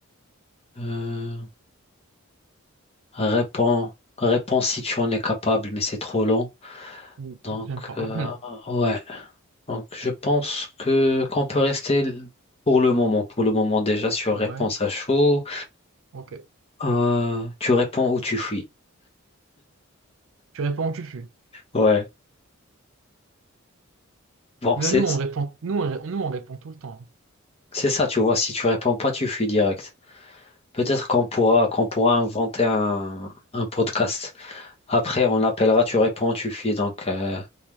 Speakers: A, on the left (about 30°); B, on the right (about 65°).
A: euh, Réponds, réponds si tu en es capable, mais c'est trop long.
B: Ou
A: Donc,
B: J'aime pas.
A: euh,
B: <laughs>
A: ouais. Donc, je pense que qu'on peut rester l- pour le moment, pour le moment déjà sur
B: Ouais,
A: réponse à chaud.
B: ok.
A: Euh, tu réponds ou tu fuis.
B: Tu réponds, tu fuis.
A: Ouais. Bon,
B: Mais
A: c'est
B: nous on répond, nous on, nous on répond tout le temps.
A: c'est ça, tu vois. Si tu réponds pas, tu fuis direct. Peut-être qu'on pourra qu'on pourra inventer un, un podcast. Après, on l'appellera. Tu réponds, tu fuis. Donc, euh,